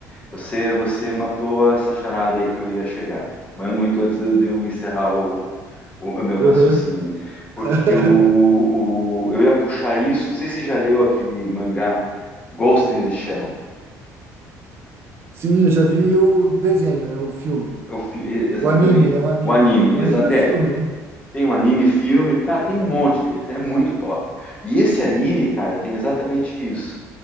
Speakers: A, on the left (about 20°); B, on the right (about 40°).
A: Você, você matou essa charada aí que eu ia chegar. Mas muito antes de eu de eu encerrar o, o meu raciocínio.
B: Aham.
A: Porque
B: <laughs>
A: o, o, eu ia puxar isso. Não sei se você já leu aquele mangá Ghost in the Shell.
B: Sim, eu já vi o desenho, né? O filme.
A: Eu fi- e- exatamente.
B: O anime, né? O anime.
A: O anime.
B: O
A: Exa
B: anime é o
A: é.
B: filme, né?
A: Tem um anime, filme, cara, tem um monte deles, é muito top. E esse anime, cara, tem exatamente isso.